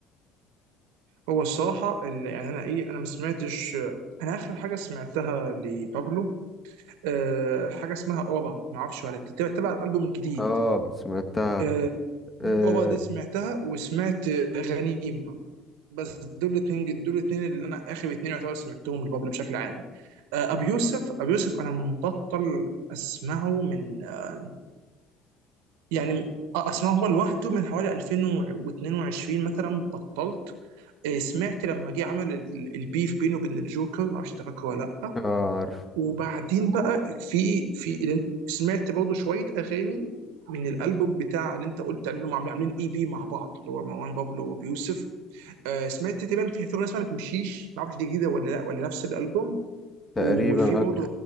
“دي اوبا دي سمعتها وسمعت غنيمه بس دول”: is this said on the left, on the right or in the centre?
Right